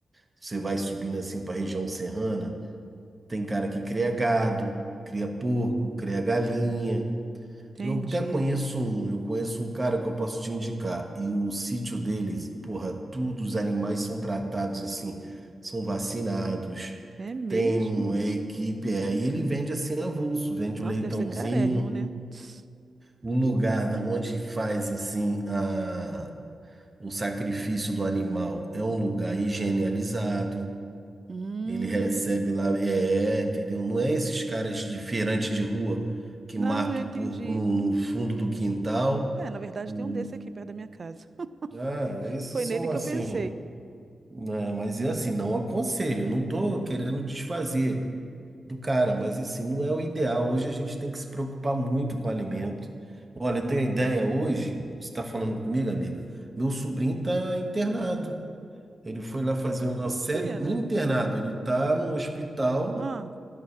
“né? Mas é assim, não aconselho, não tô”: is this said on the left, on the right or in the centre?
Right